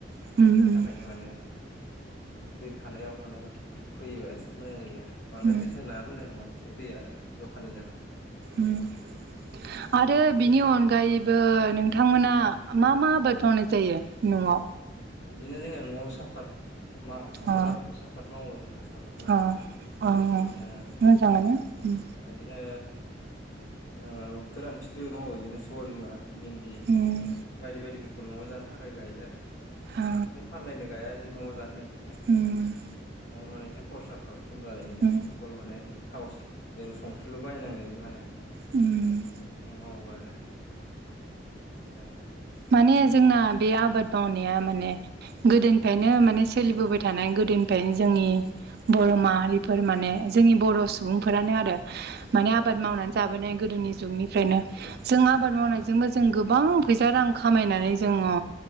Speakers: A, on the right; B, on the left.
A: ओं
B: बिनि
A: उम
B: थाखायनो माने दै थानायाव माने फैयोबा एसे मोजां जायो आरो बांद्राय
A: उम
B: दैसा नाब मोजां नामा एसे दैया जखानि जानांगौ
A: उम आरो
B: बिदिनो
A: बिनि अनगायै- -बो नोंथांमोना मा मा आबाद मावनाय जायो न'आव
B: बिदिनो जोंनिया न'आव साफात मा साफात
A: अ
B: साफात मावो जोंहा साफात दङ
A: अ अ
B: बिदिनो
A: मोजाङानो उम
B: बिदिनो ओ गोरान खिथिबो मावो बिदिनो सबायबिमा भिन्दि
A: उम
B: बायदि बायदिफोरखौ न'आव जानो थाखाय गायो आरो बिनो
A: अ
B: फानलायनो गाया बि न'आव जानो बिदिनो
A: उम
B: न'आव माने एसे खरसाफ्रा खम जानायनि
A: उम
B: माने थाव जों संख्रिल' बायनांनायनि माने
A: उम
B: मावो आरो- औ
A: माने जोंना बे आबाद मावनाया माने गोदोनिफ्रायनो माने सोलिबोबाय थानाय गोदोनिफ्रायनो जोंनि बर' माहारिफोर माने जोंनि बर' सुबुंफोरानो आरो माने
B: औ
A: आबाद मावनानै जाबोनाय गोदोनि जुगनिफ्रायनो
B: औ
A: जों आबाद मावनायजोंबो जों गोबां फैसा रां खामायनानै जोङो